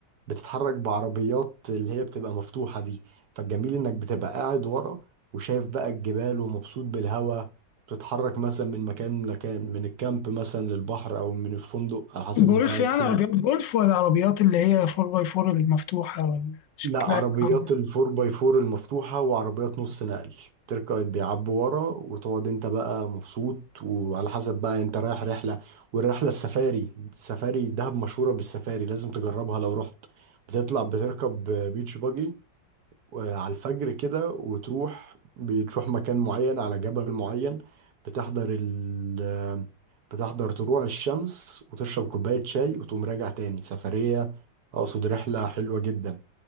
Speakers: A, on the right; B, on the left.
A: بتتحرك بعربيات اللي هي بتبقى مفتوحة دي فالجميل انك بتبقى قاعد ورا وشايف بقى الجبال ومبسوط بالهواء بتتحرك مثلا من مكان لمكان من الكامب مثلا للبحر او من الفندق على حسب
B: جولف
A: انت قاعد
B: يعني
A: فين
B: عربيات جولف ولا عربيات اللي هي 4 باي 4 المفتوحة ولا شكلها
A: لا عربيات
B: إيه؟
A: الفور باي فور المفتوحة وعربيات نص نقل تركب بيعبوا ورا وتقعد انت بقى مبسوط وعلى حسب بقى انت رايح رحلة والرحلة السفاري السفاري دهب مشهورة بالسفاري لازم تجربها لو رحت بتطلع بتركب بيتش باجي وعلى الفجر كده وتروح بتروح مكان معين على جبل معين بتحضر ال بتحضر طلوع الشمس وتشرب كوباية شاي وتقوم راجع تاني سفرية أقصد رحلة حلوة جدا